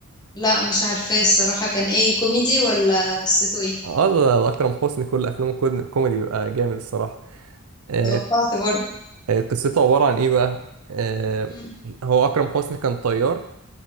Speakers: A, on the left (about 20°); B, on the right (about 75°).
A: لا مش عارفة الصراحة كان ايه كوميدي ولا قصته ايه
B: اه ده ده اكرم حسني كل افلامه كود- كوميدي بيبقى جامد الصراحه آه،
A: توقعت برضه
B: آه، قصته عبارة عن إيه بقى؟ آه،
A: مم.
B: هو أكرم حسني كان طيار